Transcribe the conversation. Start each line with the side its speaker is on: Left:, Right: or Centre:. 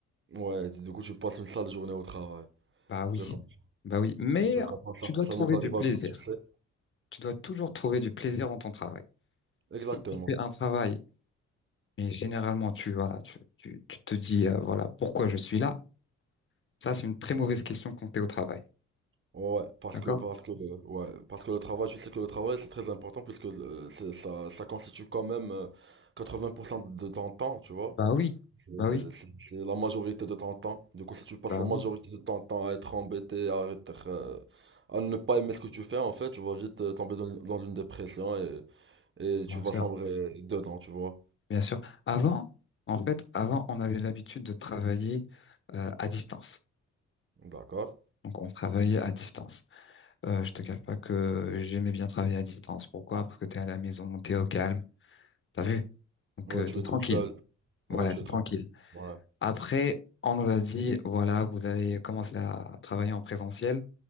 Right: Ouais, du coup, tu passes une sale journée au travail.
Left: Bah oui.
Right: Je comprends.
Left: Bah oui. Mais
Right: Je comprends ça.
Left: tu dois
Right: Ça
Left: trouver
Right: nous arrive
Left: du plaisir.
Right: à tous, tu sais.
Left: Tu dois toujours trouver du plaisir dans ton travail. Si
Right: Exactement.
Left: tu fais un travail Mais généralement, tu, voilà, tu, tu, tu te dis, euh, voilà, pourquoi je suis là? Ça, c'est une très mauvaise question quand t'es au travail.
Right: Ouais, parce
Left: D'accord?
Right: que, parce que, euh, ouais, parce que le travail, je sais que le travail c'est très important puisque euh, c'est- ça, ça constitue quand même euh, 80% de ton temps, tu vois.
Left: Bah oui,
Right: C'est
Left: bah oui,
Right: c'est- c'est la majorité de ton temps. Du coup, si tu passes
Left: bah
Right: la majorité
Left: oui,
Right: de ton temps à être embêté, à être, euh, à ne pas aimer ce que tu fais, en fait, tu vas vite euh, tomber dans, dans une dépression et, et tu
Left: bien sûr,
Right: vas sombrer dedans, tu vois.
Left: bien sûr. Avant, en fait, avant, on avait l'habitude de travailler euh, à distance.
Right: D'accord?
Left: Donc, on travaillait à distance. Euh, je te cache pas que j'aimais bien travailler à distance. Pourquoi? Parce que t'es à la maison, t'es au calme, t'as vu? Donc,
Right: Ouais,
Left: euh,
Right: tu
Left: t'es
Right: es
Left: tranquille.
Right: tout seul.
Left: Voilà,
Right: Ouais, tu
Left: t'es
Right: es
Left: tranquille.
Right: tranquille. Ouais.
Left: Après, on nous a dit, voilà, vous allez commencer à travailler en présentiel.